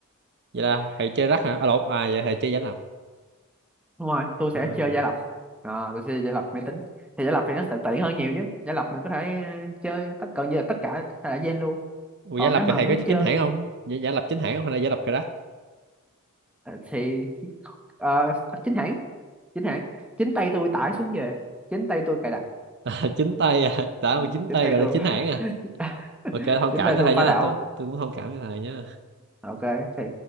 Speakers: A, on the right; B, in the centre.
A: Vậy là thầy chơi rắc hả? À lộn, à vậy thầy chơi giải lập.
B: Đúng rồi, tôi
A: À.
B: sẽ chơi giả lập. Ờ, tôi sẽ chơi giả lập máy tính. Thì giả lập thì nó sẽ tiện hơn nhiều chứ. Giả lập mình có thể ờ, chơi tất cả như là tất cả thể loại gen luôn
A: Ủa,
B: còn
A: giải lập
B: nếu mà
A: thì thầy
B: muốn
A: có chơi
B: chơi
A: chính hãng không? Giải, giải lập chính hãng không hay là giải lập cà rắc? <laughs>
B: Ờ, thì ờ, chính hãng chính hãng chính tay tôi tải xuống về chính tay tôi cài đặt
A: À, chính tay à, đã
B: Ờ,
A: mà chính
B: chính
A: tay
B: tay
A: gọi
B: tôi
A: là chính hãng
B: <laughs>
A: à. Ok, thông
B: chính
A: cảm
B: tay
A: cho
B: tôi
A: thầy nha,
B: phá đảo
A: tôi tôi cũng thông cảm cho thầy nha.
B: ok thì